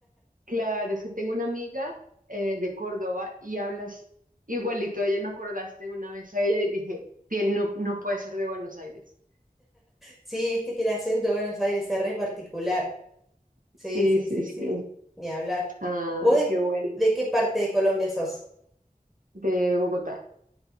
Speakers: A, on the right; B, in the centre.
A: Claro, es que tengo una amiga eh, de Córdoba y hablas igualito. a Ella me acordaste una vez a ella y dije, "Tien- no, no puede ser de Buenos Aires.
B: Sí, viste que el acento de Buenos Aires es re particular. Sí,
A: Sí,
B: sí,
A: sí,
B: sí,
A: sí.
B: sí, ni hablar.
A: Ah,
B: ¿Vos de,
A: qué bueno.
B: de qué parte de Colombia sos?
A: de Bogotá.